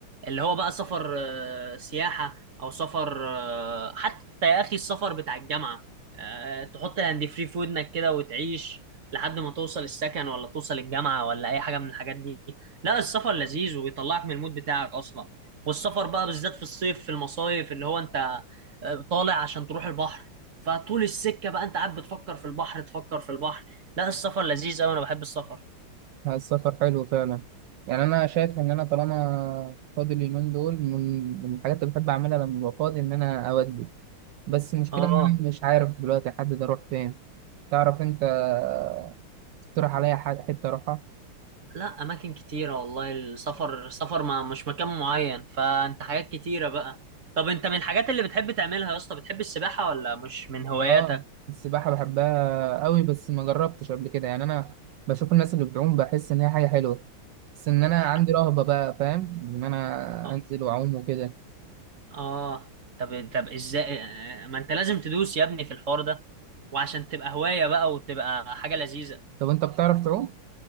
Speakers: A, on the right; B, on the right.
A: اللي هو بقى سفر آه، سياحة أو سفر آه، حتى يا أخي السفر بتاع الجامعة آه، تحط الهاند فري في ودنك كده وتعيش لحد ما توصل السكن ولا توصل الجامعة ولا أي حاجة من الحاجات دي لا السفر لذيذ ويطلعك من المود بتاعك أصلا والسفر بقى بالذات في الصيف في المصايف اللي هو انت آه، طالع عشان تروح البحر فطول السكة بقى انت قاعد بتفكر في البحر تفكر في البحر لا السفر لذيذ قوي انا بحب السفر
B: لا، السفر حلو فعلا يعني أنا شايف إن أنا طالما فاضي اليومين دول من من الحاجات اللي بحب أعملها لما ببقى فاضي إن أنا أودي بس المشكلة
A: اه
B: إن أنا مش عارف دلوقتي أحدد أروح فين تعرف أنت آه، تقترح عليا ح- حتة أروحها
A: لا اماكن كتيرة والله السفر السفر ما مش مكان معين فانت حاجات كتيرة بقى طب انت من الحاجات اللي بتحب تعملها يا اسطى بتحب السباحة ولا مش من هواياتك
B: اه السباحة بحبها قوي بس ما جربتش قبل كده يعني انا بشوف الناس اللي بتعوم بحس ان هي حاجة حلوة بس ان انا
A: ح-
B: عندي رهبة بقى فاهم ان انا
A: اه
B: انزل واعوم وكده
A: آه. طب طب ازاي آه، ما انت لازم تدوس يا ابني في الحوار ده وعشان تبقى هواية بقى وتبقى حاجة لذيذة
B: طب انت بتعرف تعوم